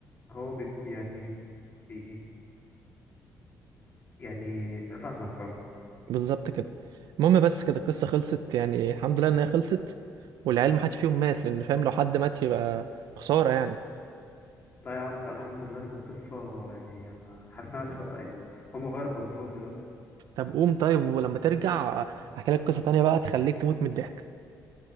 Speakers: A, on the left (about 30°); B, on the right (about 80°).
A: هو بي بي- يعني بي يعني فاهمك فاهم
B: بالظبط كده المهم بس كده القصه خلصت يعني الحمد لله ان هي خلصت والعيال ما حدش فيهم مات لان فاهم لو حد مات يبقى خساره يعني
A: لا يا عم لا الحمد لله دي كانت قصة يعني أنا حاسس إنها تخ... يعني هم غير بنطلون دلوقتي
B: طب قوم طيب ولما ترجع احكي لك قصة تانية بقى تخليك تموت من الضحك